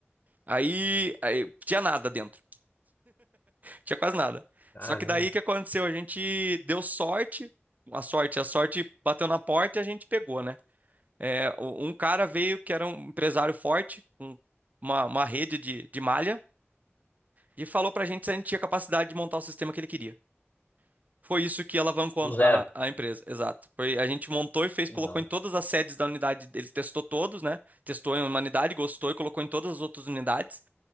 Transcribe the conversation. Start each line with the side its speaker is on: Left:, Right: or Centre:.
Right: Aí, aí tinha nada dentro, tinha quase nada.
Left: Caramba.
Right: Só que daí o que aconteceu? A gente deu sorte, a sorte, a sorte bateu na porta e a gente pegou, né? É, o- um cara veio que era um empresário forte, com uma, uma rede de, de malha, e falou pra gente se a gente tinha capacidade de montar o sistema que ele queria. Foi isso que alavancou
Left: Do zero.
Right: a, a empresa, exato. Foi, a gente montou e fez,
Left: Que
Right: colocou
Left: da hora.
Right: em todas as sedes da unidade, ele testou todos, né? Testou em uma unidade, gostou e colocou em todas as outras unidades.